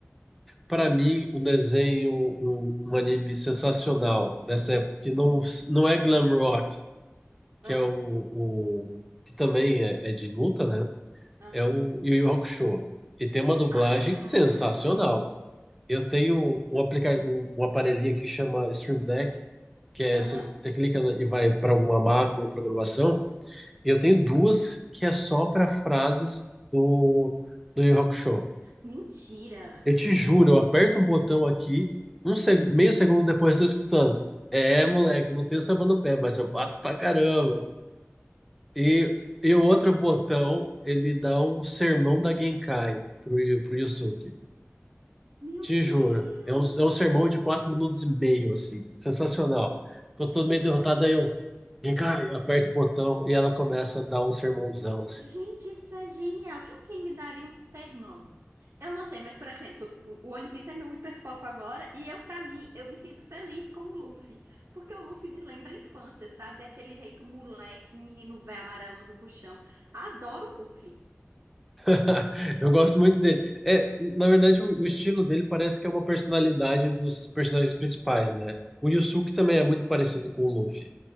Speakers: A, in the centre; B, on the right.
A: pra mim, um desenho, um, um anime sensacional dessa época, que não, não é glam rock. que
B: Ah,
A: é o, o que também é, é de luta, né?
B: aham.
A: É o Yu Yu Hakusho. E tem uma dublagem
B: Ai,
A: sensacional. Eu tenho um, aplica um, um aparelhinho que chama Stream Deck, que é
B: aham.
A: você você clica na- e vai para alguma macro ou programação. E eu tenho duas que é só para frases do, do Yu Yu Hakusho.
B: Mentira.
A: Eu te juro, eu aperto um botão aqui, um seg- meio segundo depois eu estou escutando. É, moleque, não tenho sabão no pé, mas eu bato pra caramba. E, e o outro botão, ele dá um sermão da Genkai pro, Yu- pro Yusuke.
B: Meu
A: Te
B: Deus.
A: juro. É um, é um sermão de quatro minutos e meio, assim. Sensacional. Tô todo meio derrotado, aí eu... Genkai, aperta o botão e ela começa a dar um sermãozão, assim.
B: Gente, isso é genial. Quem que me daria um sermão? Eu não sei, mas, por exemplo, o o One Piece é meu hiperfoco agora e eu, pra mim, eu me sinto feliz com o Luffy. Porque o Luffy me lembra a infância, sabe? Daquele jeito moleque, menino véio amarelo do buchão. Adoro o Luffy.
A: <laughs> Eu gosto muito dele. É, na verdade, o, o estilo dele parece que é uma personalidade dos personagens principais, né? O Yusuke também é muito parecido com o Luffy.